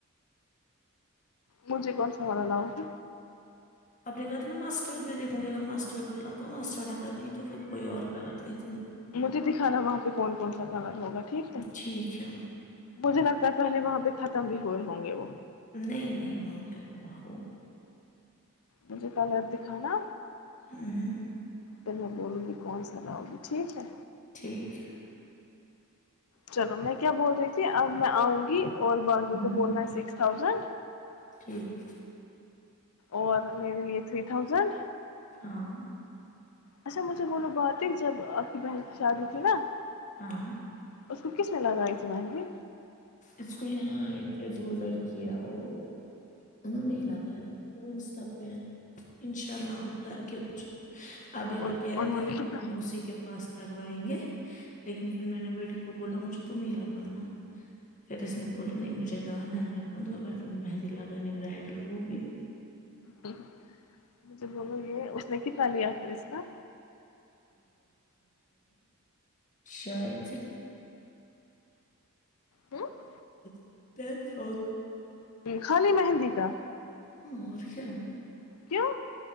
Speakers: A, on the left (about 80°); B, on the left (about 35°).
A: مجھے کون سنبالا لاؤی
B: آپ نے کہا تھا نا ماسٹرڈ میں دیکھوں گی اگر ماسٹرڈ میں لا تو ماسٹرڈ اگر نہیں تو پھر کوئی اور کلر دیکھ
A: مجھے دکھانا وہاں پہ کون کون سا کلر ہوگا ٹھیک ہے
B: ٹھیک ہے
A: مجھے لگتا تھا پہلے وہاں پہ ختم بھی ہوئے ہوں گے وہ
B: نہیں نہیں وہاں پہ وہ ہو
A: مجھے پہلے دکھانا
B: ہ ہاں
A: پ میں بولوں گی کون سا لؤ گی ٹھیک ہے
B: ٹھیک ہے
A: چلو میں کیا بول رہی تھی اب میں آؤں گی اور باقی
B: ہوں
A: کو بولنا ہے سکس تھاؤزینڈ
B: ٹھیک
A: اور میرے لیے تھری تھاؤزینڈ
B: ہاں
A: اچھا مجھے بولو بات ہی جب آپ کی بہن کی شادی تھی نا
B: ہاں
A: اس کو کس نے لگاائی تھی مہندی
B: اس کو یہاں ایک تھ دو لڑکیا وہ انہوں نے ہی لگائی تھی انسٹا پہ انشا نام کر کے کچھ اب یہ
A: ان-
B: لوگ کہہ رہے
A: انہوں
B: تھے
A: نے
B: ہم
A: کتنا
B: بھی تمیں اسی کے پاس کروائیں گے لیکن پھر میں نے بیٹی کو بولا مجھے تو تم ہی لگانا پھر اس نے بولا نہیں مجھے گانا میں کان دوں میں بیٹھوں گی مہندی لاگا نہیں برائڈل وہ بھی
A: <unintelligible> ہمیں ہے اس میں چ لیا پھر اس کا
B: شاید
A: ہوں،
B: <inaudible> <unintelligible>
A: خالی مہندی کا
B: <inaudible>
A: کیوں